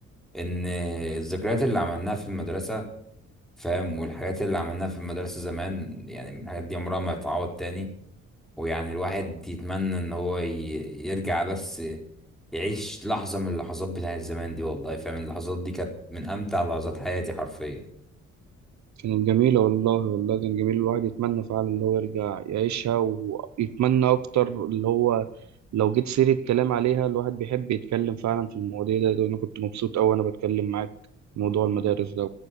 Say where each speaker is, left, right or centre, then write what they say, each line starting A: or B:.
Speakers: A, in the centre; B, on the right (about 65°).
A: إن الذكريات اللي عملناها في المدرسة فاهم والحاجات اللي عملناها في المدرسة زمان يعني الحاجات دي عمرها ما هتعوض تاني ويعني الواحد يتمنى ان هو ي- يرجع بس يعيش لحظة من اللحظات بتاعت زمان دي والله فاهم اللحظات دي كانت من امتع لحظات حياتي حرفيا
B: كانت جميلة والله والله كان جميل الواحد يتمنى فعلا اللي هو يرجع يعيشها ويتمنى أكتر اللي هو لو جيت سيرة كلام عليها الواحد بيحب يتكلم فعلا في المواضيع ده وأنا كنت مبسوط أوي وأنا بتكلم معاك في موضوع المدارس ده